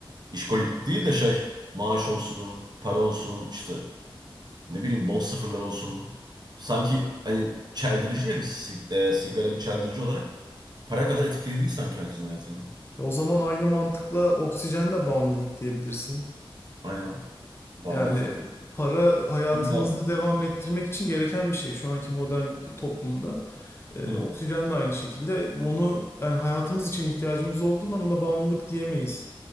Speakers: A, on the right; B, on the left.
A: İşkoliklik değil de şey maaş olsun, para olsun işte ne bileyim bol sıfırlar olsun. Sanki hani çeldirici ya bir si- e, sigara bir çeldirici olarak Para kadar etkili değil sanki herkesin hayatında.
B: Ya o zaman aynı mantıkla oksijen de bağımlılık diyebilirsin.
A: Aynen. Bağımlı
B: Yani
A: zaten.
B: para hayatımızı
A: Kim bağımlı birbirimiz?
B: devam ettirmek için gereken bir şey şu anki modern toplumda. Ee,
A: Hı.
B: oksijen de aynı şekilde. Onu yani hayatımız için ihtiyacımız olduğunda buna bağımlılık diyemeyiz.